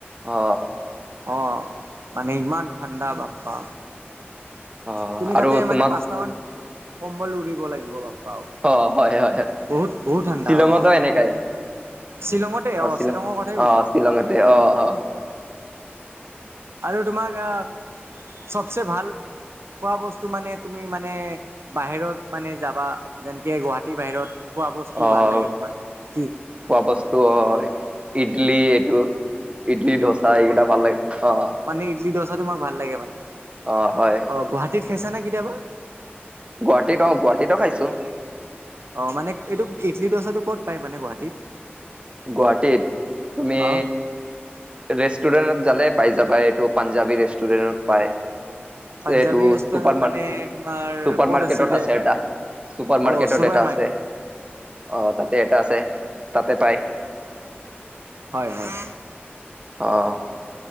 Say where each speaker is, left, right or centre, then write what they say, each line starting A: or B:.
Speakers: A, on the right (about 30°); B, on the right (about 80°).
A: অ
B: অ', মানে ইমান ঠাণ্ডা বাপ্পা।
A: অ',
B: তুমি
A: আৰু
B: তাতে
A: তোমাক
B: মানে পাঁচটা মান কম্বল উৰিব লাগিব বা
A: অ হয় হয় হয়
B: বহুত বহুত ঠাণ্ডা,
A: শ্বিলঙতো
B: অহ।
A: এনেকাই
B: শ্বিলঙতেই, অ'।
A: শ্বিলং
B: শ্বিলঙৰ কথাই কৈছো
A: অ শ্বিলঙতে
B: অ'।
A: অ
B: আৰু তোমাক অহ, চবচে ভাল খোৱা বস্তু মানে তুমি মানে বাহিৰত মানে যাবা, যেনেকে গুৱাহাটীৰ বাহিৰত। <unintelligible> বস্তুও
A: আহ
B: ভাল লাগে তোমাৰ। কি
A: খোৱা বস্তু অ' অ', ইডলি এইটো। ইডলি, ড'চা এইগিটা ভাল লাগে, অহ।
B: মানে ইডলি দ'চা তোমাক ভাল লাগে মানে,
A: অ হয়
B: অ', গুৱাহাটীত খাইছা নে কেতিয়াবা?
A: গুৱাহাটীত অ', গুৱাহাটীতো খাইছো।
B: অ', মানে এইটো ইডলি ড'চাটো ক'ত পায় মানে গুৱাহাটীত?
A: গুৱাহাটীত? তুমি
B: অ
A: ৰেষ্টুৰেণ্টত জালে পাই যাবা, এইটো পাঞ্জাবী ৰেষ্টুৰেণ্টত পায়।
B: পাঞ্জাবী
A: এইটো
B: ৰেষ্টুৰেণ্ট
A: চুপাৰ মাৰ,
B: মানে তোমাৰ
A: চুপাৰ
B: ক'ত
A: মাৰ্কেটত
B: আছিলে
A: আছে এটা। চুপাৰ
B: অ
A: মাৰ্কেটত
B: চুপাৰ
A: এটা
B: মাৰ্কেট
A: আছে, অ', তাতেই এটা আছে, তাতেই পাই।
B: হয় হয়
A: অ',